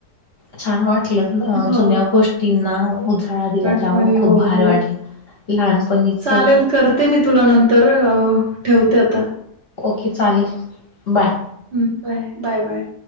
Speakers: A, on the left; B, on the right.
A: छान वाटलं
B: हो,
A: जुन्या गोष्टींना उजाळा दिला
B: आठवणी.
A: त्यामु खूप
B: हो,
A: भारी
B: हो.
A: वाटलं. लहानपणीच.
B: चालेल करते मी तुला नंतर ठेवते आता.
A: ओके चालेल बाय.
B: हम् बाय बाय बाय.